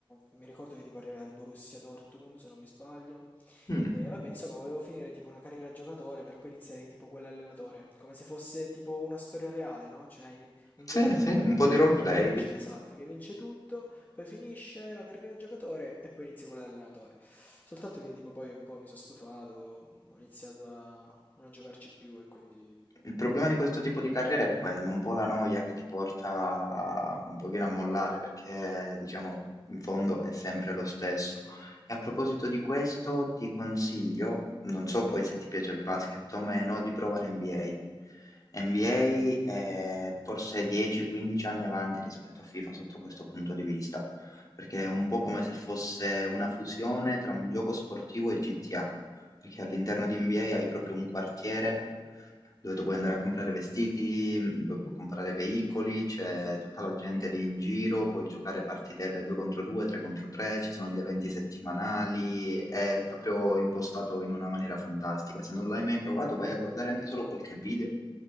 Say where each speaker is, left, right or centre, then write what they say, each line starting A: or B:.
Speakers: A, on the left (about 20°); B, on the left (about 40°).
A: mi ricordo che tipo arrivai al Borussia Dortmund se non mi sbaglio
B: Mm,
A: e vabbè insomma volevo finire tipo una carriera da giocatore per poi iniziare tipo quell'allenatore, come se fosse tipo una storia reale, no? Cioè in- un
B: Sì,
A: giocatore
B: sì,
A: che diventa
B: un po' di
A: giocatore,
B: roleplay.
A: vince, esatto, che vince tutto poi finisce la carriera da giocatore e poi inizia quella da allenatore. Soltanto che tipo poi un po' mi sono stufato, mm, ho iniziato a non giocarci più e quindi...
B: Il problema di questo tipo di carriera è quello, un po' la noia che ti porta un pochino a mollare, perché diciamo in fondo è sempre lo stesso. E a proposito di questo, ti consiglio, non so poi se ti piace il basket o meno, di provare NBA. NBA è forse 10-15 anni avanti rispetto a FIFA sotto questo punto di vista, perché è un po' come se fosse una fusione tra un gioco sportivo e GTA. Perché all'interno di NBA hai proprio un quartiere dove tu puoi andare a comprare vestiti, mh, dove puoi comprare veicoli, c'è tutta la gente lì in giro, puoi giocare partitelle 2 contro 2, 3 contro 3, ci sono gli eventi settimanali, è proprio impostato in una maniera fantastica. Se non l'hai mai provato, vai a guardare anche solo qualche video.